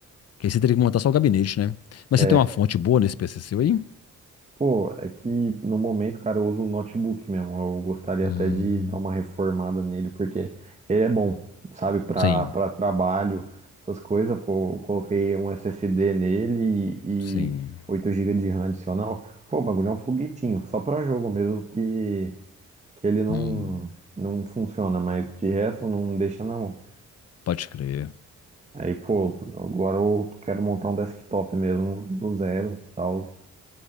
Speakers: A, on the left; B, on the right.
A: Porque aí você teria que montar só o gabinete, né? Mas
B: É,
A: você tem uma fonte boa nesse P C seu aí?
B: Pô, é que no momento, cara, eu uso o notebook mesmo. Eu gostaria
A: Hum.
B: até de dar uma reformada nele, porque ele é bom, sabe, para
A: Sim,
B: para trabalho, essas coisas. Pô, eu coloquei um SSD nele
A: sim.
B: e, e 8 GB de RAM adicional. Pô, o bagulho é um foguetinho, só para jogo mesmo que, que ele não,
A: Hum.
B: não funciona, mas de resto não deixa na mão.
A: Pode crer.
B: Aí, pô, agora eu quero montar um desktop mesmo do zero, tal.